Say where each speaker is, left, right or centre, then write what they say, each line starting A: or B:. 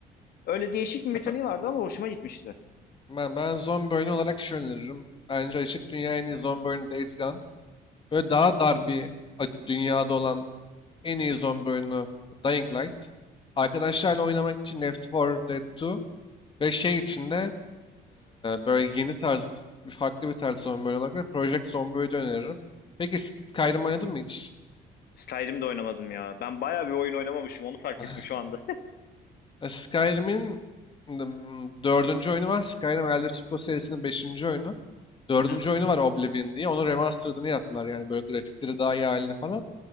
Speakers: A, on the left (about 65°); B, on the left (about 30°).
A: Öyle değişik bir mekaniği
B: Ya ben,
A: vardı ama hoşuma gitmişti.
B: ben, ben zombi oyunu olarak şu öneririm. Bence açık dünya en iyi zombi oyunu Days Gone. Böyle daha dar bir a- dünyada olan en iyi zombi oyunu Dying Light. Arkadaşlarla oynamak için Left 4 Dead 2 ve şey içinde böyle yeni tarz, bir- farklı bir tarz zombi oyunu olarak da Project Zomboid'i öneririm. Peki Skyrim oynadın mı hiç?
A: Skyrim'de oynamadım ya. Ben bayağı bir oyun oynamamışım onu fark
B: <laughs>
A: ettim şu anda. <laughs>
B: E, Skyrim'in ım, dördüncü oyunu var. Skyrim Elder Scrolls serisinin beşinci oyunu. Dördüncü
A: Hı hı,
B: oyunu var Oblivion diye. Onun remastered'ını yaptılar. Yani böyle grafikleri daha iyi halini falan.